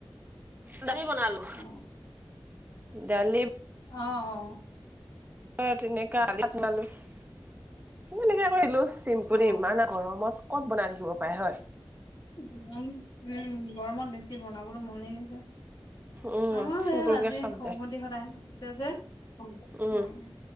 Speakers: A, on the right; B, on the left.
A: দালি বনালো
B: অ
A: দালি
B: আহ অ
A: অ তেনেকা <unintelligible> তেনেকে কৰিলো চিম্পপুৰি
B: অ অ
A: ইমান গৰমত ক'ত বনাই থাকিব পাৰে হ'য়?
B: গৰম, উম গৰমত বেছি বনাবলৈ মনেই নাযায়।
A: উম
B: আমাও
A: চিম্পুল
B: সেই আজি
A: কে খাম
B: সৰুভন্তিৰ
A: দে
B: ঘৰত আইসকাম আছিলে যে---ওঁ ওঁ
A: উম